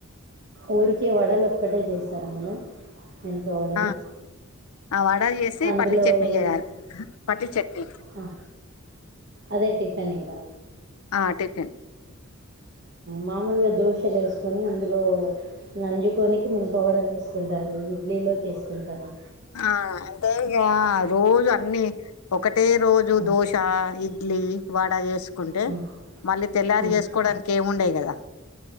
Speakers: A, on the right; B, on the left.
A: ఊరికే వడలు ఒక్కటే చేశాను మేడంమ్ మినప వడలు
B: ఆ ఆ వడ చేసి
A: అందులో
B: పల్లీ చట్నీ
A: ఏమన్నా
B: చేయాలి పల్లీ చట్నీ
A: ఆ అదే టిఫెన్ ఇంకా
B: ఆ టిఫిన్
A: మామూలుగా దోశలు వేసుకొని అందులో నంజుకోనికి మినపవడలు వేసుకుంటారు ఇడ్లీలోకి వేసుకుంటారు
B: ఆ అంటే ఇగ రోజు అన్ని ఒకటే రోజు
A: ఉమ్,
B: దోశ ఇడ్లీ వడ చేసుకుంటే
A: ఉమ్,
B: మళ్ళీ తెల్లారి
A: ఉమ్.
B: చేసుకోవడానికి ఏమి ఉండాయి కదా